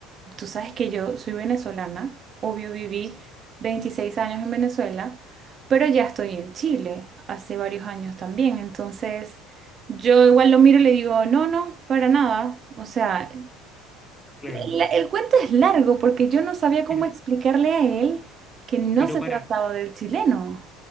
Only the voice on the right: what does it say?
tú sabes que yo soy venezolana, obvio viví 26 años en Venezuela, pero ya estoy en Chile hace varios años también. Entonces, yo igual lo miro y le digo, no, no, para nada. O sea,
el, el cuento es largo porque yo no sabía cómo
explicarle a él que no
se trataba
del chileno.